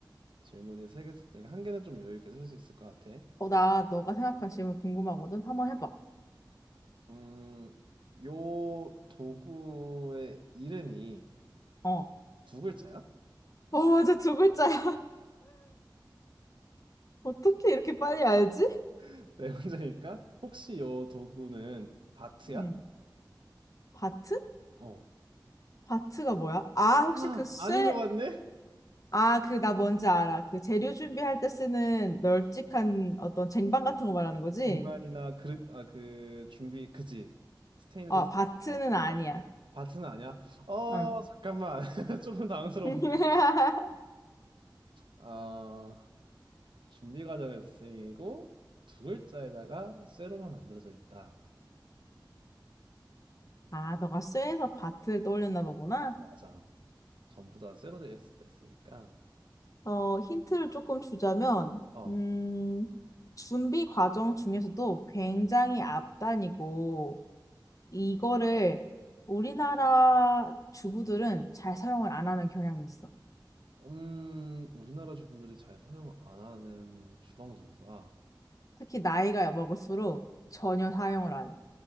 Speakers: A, on the right; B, on the left.
A: 질문이 세 개 썼으니까 한 개는 좀 여유 있게 쓸 수 있을 것 같아.
B: 어, 나 너가 생각한 질문 궁금하거든. 한번 해봐.
A: 음, 요 도구의 이름이
B: 어.
A: 두 글자야?
B: 어, 맞아. 두 글자야. <laughs> 어떻게 이렇게 빨리 알지?
A: <laughs> 네 문제니까 혹시 요 도구는 바트야?
B: 음. 바트?
A: 어.
B: 바트가 뭐야? 아, 혹시
A: 아,
B: 그 쇠,
A: 아닌 것 같네?
B: 아, 그, 나 뭔지 알아. 그 재료 준비할 때 쓰는 널찍한 어떤 쟁반 같은 거 말하는 거지?
A: 백만이나 그릇, 아, 그 준비, 그지? 스테인리스.
B: 어, 바트는
A: 어.
B: 아니야.
A: 바트는 아니야? 어,
B: 응.
A: 잠깐만. <laughs> 조금 당황스러운데.
B: <laughs>
A: 어, 준비 과정에서 쓰이고 두 글자에다가 쇠로만 만들어져 있다.
B: 아, 너가 쇠에서 바트를 떠올렸나 보구나.
A: 맞아. 전부 다 쇠로 되어 있을 수 있으니까.
B: 어, 힌트를 조금 주자면,
A: 어.
B: 음, 준비 과정 중에서도 굉장히 앞단이고, 이거를 우리나라 주부들은 잘 사용을 안 하는 경향이 있어.
A: 음, 우리나라 주부들이 잘 사용 안 하는 주방 도구라
B: 특히 나이가 먹을수록 전혀 사용을 안 해.